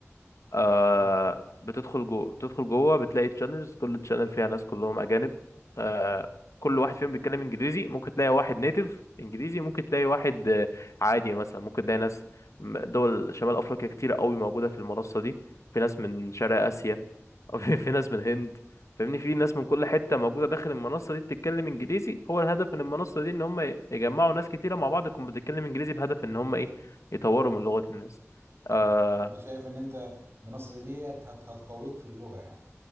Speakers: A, on the left; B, on the right.
A: آه
B: حلو
A: بتدخل جوه بتدخل جوه بتلاقي تشانلز كل تشانل فيها ناس كلهم اجانب آه كل واحد فيهم بيتكلم انجليزي ممكن تلاقي واحد نيتيف انجليزي ممكن تلاقي واحد آه، عادي يعني مثلا ممكن تلاقي ناس م- دول شمال افريقيا كتير قوي موجوده في المنصه دي في ناس من شرق اسيا <laughs> أو في في ناس من الهند فاهمني في ناس من كل حته موجوده داخل المنصه دي بتتكلم انجليزي هو الهدف من المنصه دي ان هم يجمعوا ناس كتيره مع بعض تكون بتتكلم انجليزي بهدف ان هم ايه يطوروا من لغه الناس آه،
B: مم. انت شايف ان انت منصة زي ديت هت- هتقويك في اللغة يعني